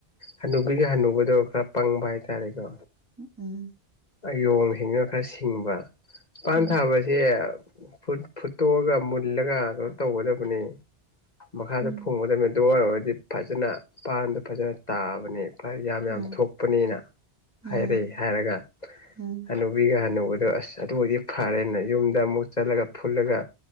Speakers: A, on the left; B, on the right.
A: ꯍꯅꯨꯕꯤꯒ ꯍꯅꯨꯕꯗꯣ ꯈꯔ ꯄꯪꯕ ꯍꯥꯏꯇꯥꯔꯦꯀꯣ
B: ꯎ ꯎꯝ
A: ꯑꯌꯣꯡꯁꯤꯡꯗꯨꯅ ꯈꯔ ꯁꯤꯡꯕ ꯄꯥꯟ
B: ꯎꯝ
A: ꯊꯥꯕꯍꯥꯏ ꯁꯦ ꯐꯨ ꯐꯨꯠꯇꯣꯛꯑꯒ ꯃꯨꯜꯂꯒ ꯀꯩꯅꯣ ꯇꯧꯒꯗꯕꯅꯤ ꯃꯈꯥꯗ
B: ꯎꯝ
A: ꯐꯨꯝꯒꯗꯕꯅꯤ ꯑꯗꯨꯉꯣꯏ ꯑꯣꯏꯔꯗꯤ ꯐꯖꯅ ꯄꯥꯟꯗꯣ ꯐꯖꯅ ꯇꯥꯕꯅꯤ ꯐ ꯌꯥꯝ ꯌꯥꯝ
B: ꯑꯥ
A: ꯊꯣꯛꯄꯅꯤꯅ ꯍꯥꯏꯔꯦ
B: ꯑꯥ
A: ꯍꯥꯏꯔꯒ
B: ꯑꯥ
A: ꯍꯅꯨꯕꯤꯒ ꯍꯅꯨꯕꯗꯣ ꯑꯁ ꯑꯗꯨ ꯑꯣꯏꯗꯤ ꯐꯔꯦꯅ ꯌꯨꯝ ꯗ ꯑꯃꯨꯛ ꯆꯠꯂꯒ ꯐꯨꯜꯂꯒ